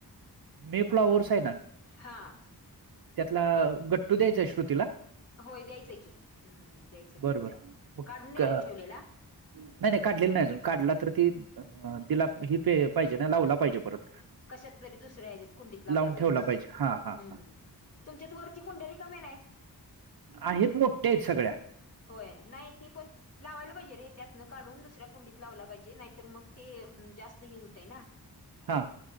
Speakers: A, on the right; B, on the left.
A: मी फ्लावर्स आहे ना
B: हा
A: त्यातला गट्टू द्यायचाय श्रुतीला
B: होय द्यायचंय की हम्म द्यायचं द्यायचंय
A: बरं बरं मग
B: काढून न ठेवलेला
A: नाही नाही काढलेली नाही अजून काढला तर ती दिला ही प पाहिजे नाही लावला पाहिजे परत
B: कशात तरी दुसऱ्या ह्याच्यात कुंडीत लावला
A: लावून
B: पाहिजे
A: ठेवला हा हा
B: हम्म
A: हा
B: तुमच्यात वरती कुंडारी कामे नाहीत
A: आहेत मोठ्याच सगळ्या
B: होय नाही ती पण लावायला पाहिजे रे त्यातनं काढून दुसऱ्या कुंडीत लावला पाहिजे नाहीतर मग ते जास्त ह होत आहे ना
A: हा